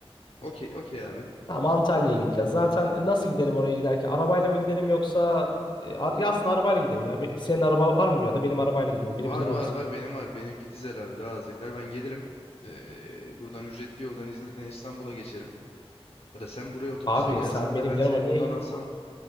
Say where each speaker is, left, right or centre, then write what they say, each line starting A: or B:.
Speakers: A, on the left (about 70°); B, on the left (about 50°).
A: Okey, okey abi.
B: Tamam Antalya'ya gideceğiz. Zaten nasıl gidelim oraya giderken? Arabayla mı gidelim yoksa e, ar- ya aslında arabayla gidelim ya. Be- Senin araba var mı ya da benim arabayla gidelim. Birimizin
A: Var
B: arabası.
A: var var benim var. Benimki dizel abi daha az yakar. Ben gelirim. Eee, buradan ücretli yoldan İzmir'den İstanbul'a geçerim. Ya da sen buraya otobüste
B: Abi
A: gelsen
B: sen benim
A: de ben
B: yanıma
A: seni
B: niye
A: buradan alsam